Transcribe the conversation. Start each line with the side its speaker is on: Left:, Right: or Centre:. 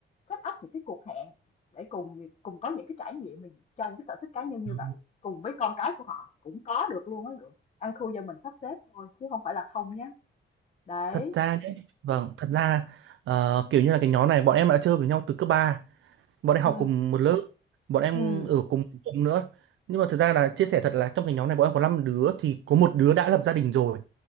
Left: set up những cái cuộc hẹn để cùng cùng có những cái trải nghiệm mình cho những cái sở thích cá nhân như
Right: Đấy.
Left: vậy cùng với con cái của họ cũng có được luôn á Lượng ăn khu do mình sắp xếp thôi chứ không phải là không nhé đấy
Right: thật ra nhé vâng thật ra ờ, kiểu như là cái nhóm này bọn em đã chơi với nhau từ cấp ba bọn em
Left: ừ
Right: học cùng một lớp bọn em
Left: ừ
Right: ở cùng cùng nữa nhưng mà thực ra là chia sẻ thật là trong cái nhóm này bọn em có 5 đứa thì có một đứa đã lập gia đình rồi